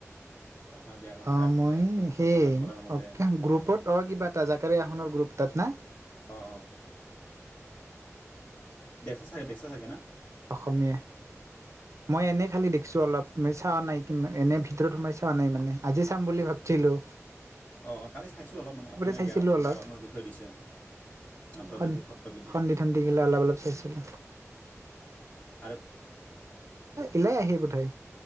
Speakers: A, on the left; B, on the right.
A: অসমীয়া ব্যাকৰণ
B: অ
A: কাক
B: মই
A: বোলে
B: সেই
A: সত্যনাথ বৰাৰ মতে
B: অ গ্ৰুপত অ কিবা এটা জাকী আসনৰ গ্ৰুপ তত ন
A: অঁ অঁ দেখছা চাগে দেখছা চাগে না
B: অসমীয়া মই এনে খালি দেখিছো অলপ চা নাই এনে ভিতৰত সোমাই চাৱা নাই মানে আজি চাম বুলি ভাবছিলো
A: অঁ কালি চাইছোঁ অলপ মানে অসমীয়া
B: চাইছিলোঁ
A: গেয়া
B: অলপ
A: বয়াকৰণৰ বিষয়ে দিছে নাট্ৰবৃদ্ধি
B: সন
A: সত্ৰবৃদ্ধি
B: সন্ধি থন্দিগিলা অলপ অলপ চাইছিলোঁ
A: আৰু
B: এলাই আহি বোঠাই।